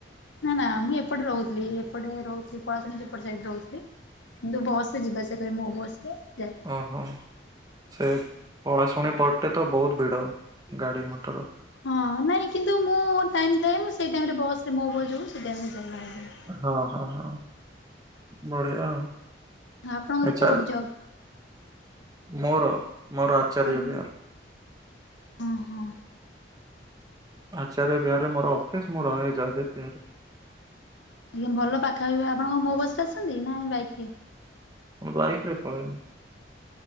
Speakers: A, on the left; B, on the right.
A: ନାଁ ନାଁ ମୁଁ ଏପଟେ ରହୁଥିଲି ଏପଟେ ରହୁଥିଲି ପଳାଶୁଣି ସେପଟ ସାଇଟ୍ ରହୁଥିଲି। କିନ୍ତୁ ବସରେ ଯିବା ଆସିବା କରେ ମୋ ବସରେ ଯାଏ।
B: ଓହୋ, ସେ ପଳାଶୁଣି ପଟେ ତ ବହୁତ ଭିଡ଼ ଗାଡ଼ି ମଟର।
A: ହଁ ନାଇଁ କିନ୍ତୁ ମୁଁ ଟାଇମ୍ ଥାଏ ମୁଁ ସେଇ ଟାଇମରେ ବସ୍ ରେ ମୋ ବସ୍ ଯୋଉ ସେ ଟାଇମ୍ ରେ ଯାଏ। <unintelligible>
B: ହଁ, ହଁ, ହଁ ବଢ଼ିଆ ଆଉ।
A: ହଁ ଆପଣଙ୍କର
B: ଆଚ୍ଛା
A: କୋଉଠି ଯବ୍?
B: ମୋର, ମୋର ଆଚାର୍ଯ୍ୟବିହାର।
A: ଆଜ୍ଞା ହଁ ହଁ।
B: ଆଚାର୍ଯ୍ୟବିହାରରେ ମୋର ଅଫିସ୍ ମୁଁ ରହେ ଯୟଦେବ ବିହାରରେ।
A: ଆଜ୍ଞା ଭଲ ପାଖାପାଖି ଆପଣ କଣ ମୋ ବସ୍ ରେ ଆସନ୍ତି ନା ଏଇ ବାଇକ୍ ରେ?
B: ମୁ ବାଇକରେ ପଳେଇବ।